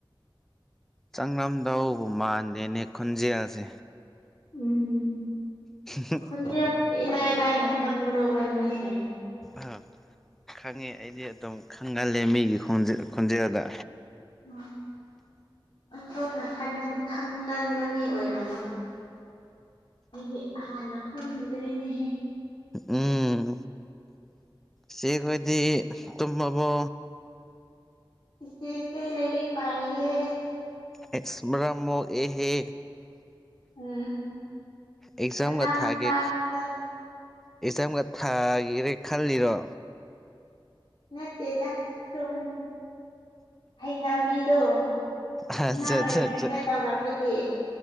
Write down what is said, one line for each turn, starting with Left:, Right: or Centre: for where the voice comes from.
Centre: ꯆꯪꯂꯝꯗꯧꯕꯨ ꯃꯥꯟꯗꯦꯅꯦ ꯈꯣꯜꯖꯦꯜꯁꯦ
Left: ꯎꯝ
Centre: <unintelligible>
Left: ꯈꯣꯜꯖꯦꯜꯁꯤꯗ ꯏꯂꯥꯏ ꯂꯥꯏꯅ ꯈꯪꯕ꯭ꯔꯣꯕ ꯅꯣꯏꯁꯦ
Centre: ꯑ ꯈꯪꯉꯤ ꯑꯩꯗꯤ ꯑꯗꯨꯝ ꯈꯪꯒꯜꯂꯦ ꯃꯤꯒꯤ ꯈꯣꯟꯖꯦꯜꯗ
Left: <unintelligible> ꯑꯣꯟꯊꯣꯛꯅ ꯈꯪꯒꯟꯕ ꯃꯤ ꯑꯣꯏꯔꯝꯃꯦ ꯑꯩꯗꯤ ꯍꯥꯟꯅ ꯈꯪꯉꯨꯗ꯭ꯔꯦꯅꯦꯍꯦ
Centre: ꯎꯝ ꯆꯦꯆꯦꯈꯣꯏꯗꯤ ꯇꯨꯝꯃꯕꯣ
Left: ꯆꯦꯆꯦꯁꯦ ꯂꯥꯏꯔꯤꯛ ꯄꯥꯔꯤꯌꯦ
Centre: ꯑꯦꯁ ꯃꯔꯝ ꯃꯣꯛꯑꯦꯍꯦ
Left: ꯎꯝ
Centre: ꯑꯦꯛꯖꯥꯝꯒ
Left: ꯃꯇꯥꯡ
Centre: ꯊꯥꯒꯦ
Left: ꯃꯇꯥꯡꯅꯤꯗ
Centre: ꯑꯦꯛꯖꯥꯝꯒ ꯊꯥꯒꯤꯒꯦ ꯈꯜꯂꯤꯔꯣ
Left: ꯅꯠꯇꯦꯗ ꯁꯨꯝ ꯍꯩꯩꯅꯕꯤꯗꯣ
Centre: ꯑꯠꯆꯥ
Left: ꯑꯉꯥꯡ ꯑꯣꯏꯔꯤꯉꯩꯗ
Centre: ꯑꯠꯆꯥ ꯑꯠꯆꯥ
Left: ꯇꯧꯔꯛꯄꯒꯤ